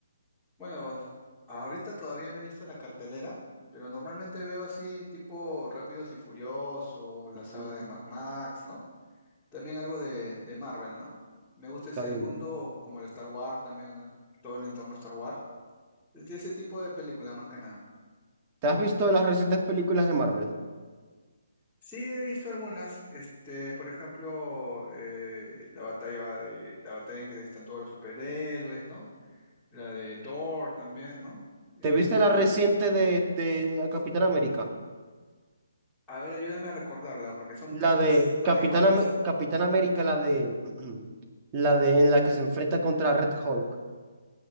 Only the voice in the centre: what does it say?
Bueno, ahorita todavía no he visto la cartelera, pero normalmente veo así tipo Rápidos y Furioso, la
saga de Mad Max, ¿no? También algo de, de Marvel, ¿no? Me gusta
ese
mundo como el Star Wars, también todo el entorno Star Wars. de ese tipo de películas más que nada.
Sí, he visto algunas, este, por ejemplo, eh, la batalla de, la batalla en que están todos los superhéroes, ¿no? La de Thor también, ¿no? Eh,
cuando,
a ver, ayúdame a recordarla, porque son
tantas
tan
iguales.